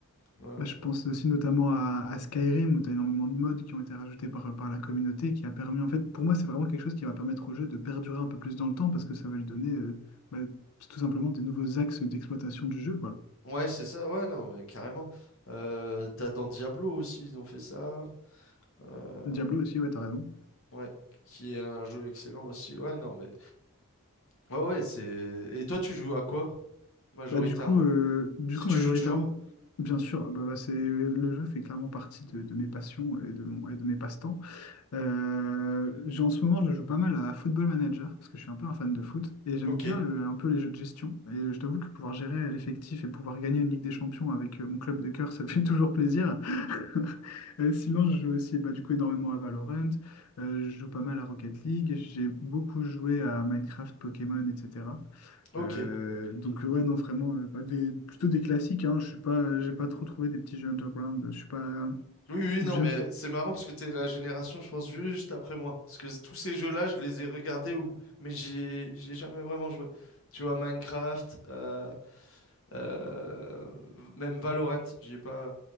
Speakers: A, on the left; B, on the left.
A: ouais. Ouais,
B: Moi, je pense aussi notamment à, à Skyrim où tu as énormément de mods qui ont été rajoutés par, par la communauté qui a permis, en fait, pour moi, c'est vraiment quelque chose qui va permettre au jeu de perdurer un peu plus dans le temps parce que ça va lui donner euh, bah, tout simplement des nouveaux axes d'exploitation du jeu, quoi.
A: Ouais, c'est ça. Ouais, non, ouais, carrément. Euh, t'as dans Diablo aussi, ils ont fait ça. Euh,
B: Diablo aussi, ouais, t'as raison.
A: ouais, qui est un jeu excellent aussi. Ouais, non, mais ouais, ouais, c'est. Et toi, tu joues à quoi majoritairement?
B: Bah, du coup, euh, du
A: Si
B: coup,
A: tu
B: majoritairement,
A: joues toujours?
B: bien sûr, bah, bah, c'est, le jeu fait clairement partie de, de mes passions et de, mon, et de mes passe-temps. Euh, j'ai- en ce moment, je joue pas mal à Football Manager, parce que je suis un peu un fan de foot, et j'aime
A: Ok,
B: bien euh, un peu les jeux de gestion. Et euh, je t'avoue que pouvoir gérer l'effectif et pouvoir gagner une Ligue des Champions avec euh, mon club de cœur, <laughs> ça fait toujours plaisir. <laughs> Euh, sinon, je joue aussi bah, du coup énormément à Valorant, euh, je joue pas mal à Rocket League, j'ai beaucoup joué à Minecraft, Pokémon, etc.
A: ok.
B: Euh, donc ouais non vraiment euh, bah, des, plutôt des classiques hein, je suis pas j'ai pas trop trouvé des petits jeux underground je suis pas
A: Oui, oui, non,
B: j'aime
A: mais c'est marrant parce que t'es la génération, je pense, ju- juste après moi. Parce que tous ces jeux-là, je les ai regardés, ou... mais j'ai j'ai jamais vraiment joué. Tu vois, Minecraft, euh, euh, même Valorant, j'ai pas...